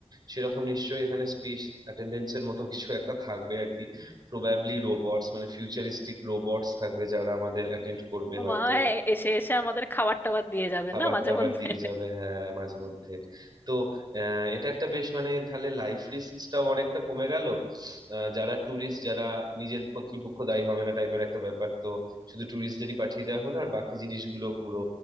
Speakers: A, on the right; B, on the left.
A: সেরকম নিশ্চয়ই এখানে স্পেস অ্যাটেন্ডেন্টসের মতো কিছু একটা থাকবে আর কি প্রবাবলি রোবটস মানে ফিউচারিস্টিক রোবটস থাকবে যারা আমাদের অ্যাটেন্ড করবে
B: ও
A: হয়তো
B: মা হয়, এসে এসে আমাদের খাবার টাবার দিয়ে যাবে
A: খাবার
B: না মাঝে
A: টাবার
B: মধ্যে
A: দিয়ে যাবে হ্যাঁ মাঝে মধ্যে তো আহ, এটা একটা বেশ মানে তাহলে লাইফ রিস্কটাও অনেকটা কমে গেল আহ, যারা ট্যুরিস্ট যারা নিজের কর্তৃপক্ষ দায়ী হবে না টাইপের একটা ব্যাপার তো শুধু ট্যুরিস্টদেরই পাঠিয়ে দেওয়া হলো আর বাকি জিনিসগুলো পুরো